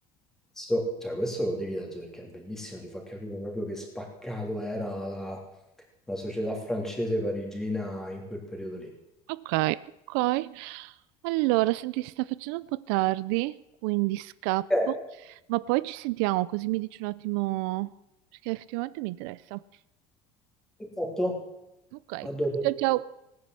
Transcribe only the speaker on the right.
Ok, ok. Allora, senti, si sta facendo un po' tardi, quindi scappo.
Ma poi ci sentiamo, così mi dici un attimo, perché effettivamente mi interessa.
Ok,
ciao ciao.